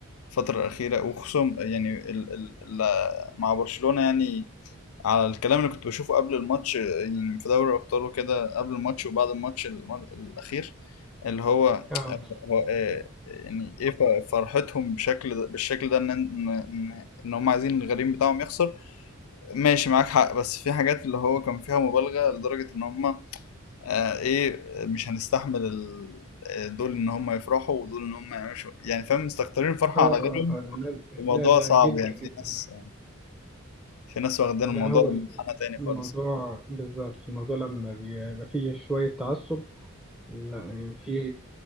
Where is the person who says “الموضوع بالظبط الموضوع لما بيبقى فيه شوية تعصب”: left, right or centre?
Centre